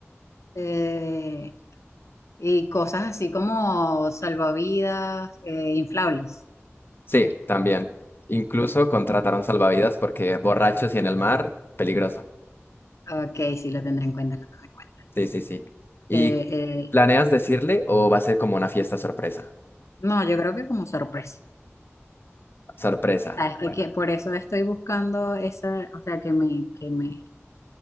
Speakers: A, on the left; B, on the left.
A: eh, Y cosas así como salvavidas, eh, inflables.
B: Sí, también. Incluso contrataron salvavidas porque borrachos y en el mar, peligroso.
A: Ok, sí, lo tendré en cuenta, lo tendré en cuenta.
B: Sí, sí, sí. ¿Y
A: Eh, eh,
B: planeas decirle o va a ser como una fiesta sorpresa?
A: no, yo creo que como sorpresa.
B: Sorpresa.
A: Sabes que,
B: Bueno.
A: que por eso estoy buscando esa, o sea, que me, que me,